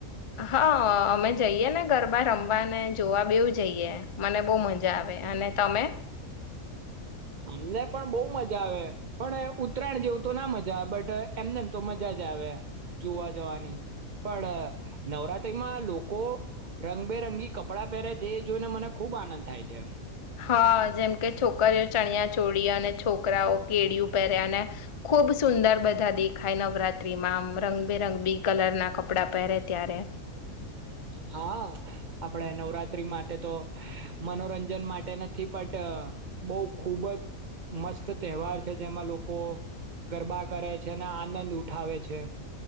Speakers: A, on the left; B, on the right.
A: હા અમે જઈએ ને ગરબા રમવા અનેને જોવા બેવું જઈએ મને બહુ મજા આવે અને તમે
B: અમને પણ બહ મજા આવે પણ ઉત્તરાયણ જેવું તો ના મજા આવે બટ એમને તો મજા જ આવે જોવા જવાની પણ નવરાત્રીમાં લોકો રંગબેરંગી કપડાં પહેરે છે એ જોઈને મને ખુબ આનંદ થાય છે
A: હા જેમકે છોકરીઓ ચણિયા ચોળ અને છોકરાઓ કેળિયું પહેર્યા અને ખુબ સુંદર બધા દેખાય નવરાત્રીમાં આમ રંગબેરંગ બી કલર ના ક કપડાં પહેરે ત્યારે
B: હા આપડે નવરાત્રી માટે તો મનોરંજન માટે નથી બટ બહ ખુબ જ મસ્ત તહેવાર છે જેમાં લોકો ગરબા કરે છે અને આનંદ ઉઠાવે છે